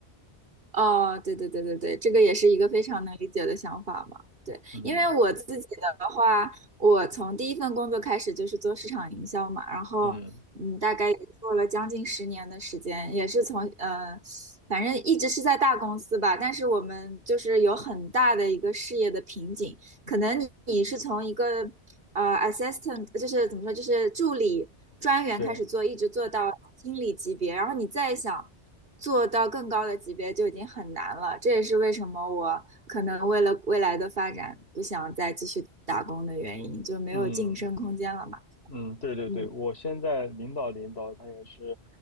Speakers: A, on the right (about 50°); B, on the left (about 60°).
A: 哦，对对对对对，这个也是一个非常能理解的想法嘛。对，
B: 嗯
A: 因为我自己的话，我从第一份工作开始就是做市场营销嘛，然后嗯，
B: 嗯，
A: 大概也做了将近十年的时间，也是从呃，反正一直是在大公司吧，但是我们就是有很大的一个事业的瓶颈，可能你你是从一个呃 assistant，就是怎么说，就是助理专员开始做，
B: 对，
A: 一直做到经理级别，然后你再想做到更高的级别就已经很难了。这也是为什么我可能为了未来的发展不想再继续打工的原因，就没有晋升空间了嘛。
B: 嗯。嗯，对对对，
A: 嗯
B: 我现在领导领导他也是，